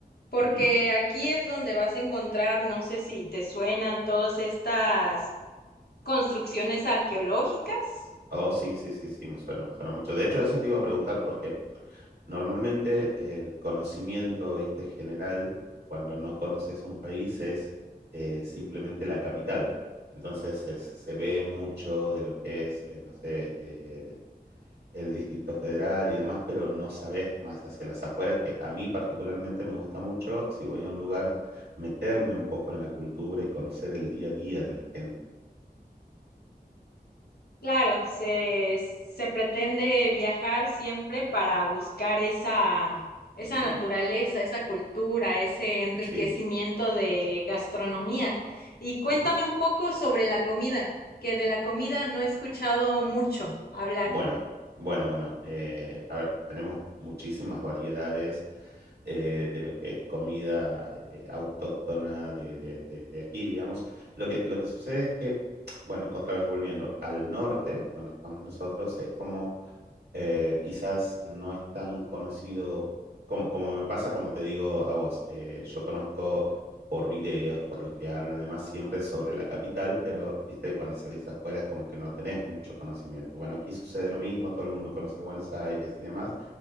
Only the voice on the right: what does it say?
Ujú.
Oh, sí, sí, sí, sí, me suena, me suena mucho. De hecho, eso te iba a preguntar porque normalmente el conocimiento, viste, general, cuando no conoces un país es eh, simplemente la capital. Entonces es- se ve mucho de lo que es, eh, no sé, eh, el Distrito Federal y demás, pero no sabes más hacia las afueras, que a mí particularmente me gusta mucho, si voy a un lugar, meterme un poco en la cultura y conocer el día a día de la gente.
Ujú,
Sí.
Ujú.
Bueno, bueno, bueno. eh, a ver, tenemos muchísimas variedades eh, de lo que es comida eh, autóctona de, de- de- de aquí, digamos. Lo que, lo que sucede es que, bueno, otra vez volviendo al norte, donde estamos nosotros, es como eh, quizás no es tan conocido como, como me pasa, como te digo a vos. eh, yo conozco por videos, por lo que hablan y demás, siempre sobre la capital, pero viste, cuando salís afuera es como que no tenés mucho conocimiento. Bueno, aquí sucede lo mismo, todo el mundo conoce Buenos Aires y demás,